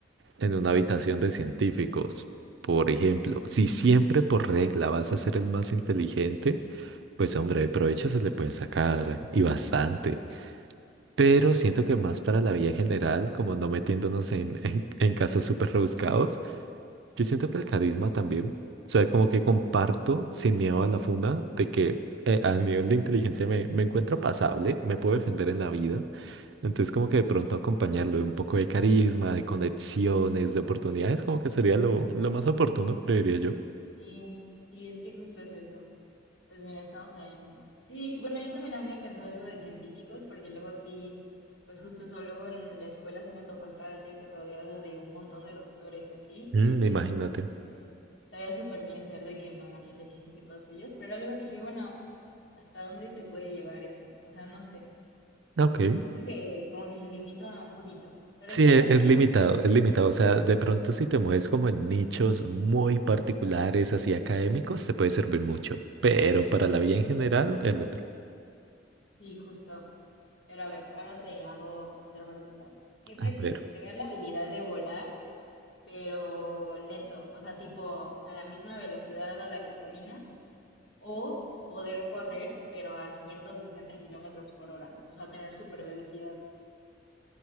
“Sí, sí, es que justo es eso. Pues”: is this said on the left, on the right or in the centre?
Left